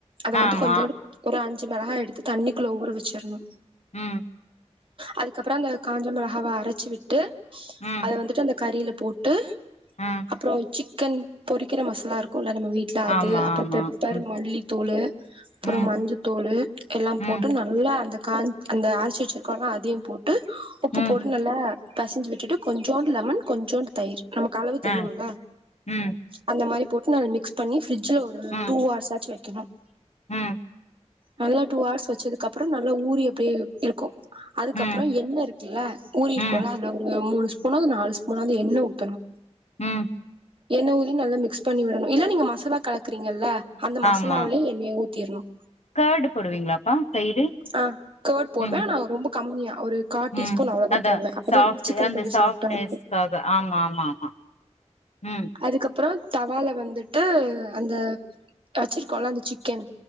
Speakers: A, on the right; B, on the left.
A: அத வந்து
B: ஆமா.
A: கொஞ்சோண்டு ஒரு அஞ் சு மெளகா எடுத்து தண்ணிக்குள்ள ஊற வச்சிடணும்
B: ம்
A: அதுக்கப்பற அந்த காஞ்ச மிளகாவ அரைச்சி விட்டு
B: ம்,
A: அதை வந்துட்டு அந்த கறியில போட்டு
B: ம்.
A: அப்பறம் சிக் க்கன் பொறிக்கிற மசாலா இருக்க கும்ல நம்ம வீட்டுல அது
B: ஆமா,
A: அப்புறம்
B: ஆமா.
A: பெப்பர்
B: ம்,
A: மல்லித்தூளு அப்பறம்
B: ம்,
A: மஞ்ச தூளு எல்லா
B: ம்,
A: போட்டு நல்லா அந்த கா அந்த ஆரச்சி வச்சிருக்கோம்ல அதையும் போட் டு உப்பு
B: ம்.
A: போட்டு நல்லா பெசிஞ்சு விட்டு கொஞ்சோண்டு லெமன் கொஞ்சோண்டு தயிர் நமக்கு அளவு தெரியும்லா
B: ஆ. ம்,
A: அந்த மாரி போட்டு நால்லா மிக்ஸ் பண்ணி பிரிட்ஜில ஒரு
B: ம்,
A: டூ அவர்ஸ் ஆச்சு வே கினும்
B: ம்
A: நல்லா டூ ஹர்ஸ் வச்சதுக்கு அப்பறம் நல்லா ஊறி அப்டியே இருக்கும் அதுக்கப்பறம்
B: ம்,
A: எண்ண இருக்குல்ல ஊறி
B: ம்.
A: இருக்கோல்ல அதுல ஒரு மூணு ஸ்பூனாவது நாலு ஸ்பூனாவது எண்ண ஊத்தணும்
B: ம்
A: எண்ணய ஊத்தி நல்லா மிக்ஸ் பண்ணி விடணும் இல்ல நீங்க மசாலா கலக்குறீங்கல்ல அந்த மசாலாவிலயே
B: ஆமா
A: எண்ணய ஊத்திரணும்
B: கர்டு போடுவீங்களாப்பா சைடு
A: ஆ கர்ட் போட்டு
B: ம்
A: நா ரொம்ப கம்மியா ஒரு கா டீஸ்பூன்
B: ம்
A: அவ்ளதா
B: அதா
A: போடுவ அப்பதா
B: சாஃப்ட்
A: வந்து சிக்கன்
B: அந்த
A: கொஞ்ச
B: சாஃப்ட்னஸ்க்காக
A: சாஃப்டா இருக்கு
B: ஆமா ஆமா ஆமா ம்
A: அதுக்கப் அப்புற தவால வந்துட்டு அந்த வச்சிருக்கோல அந்த சிக்கன்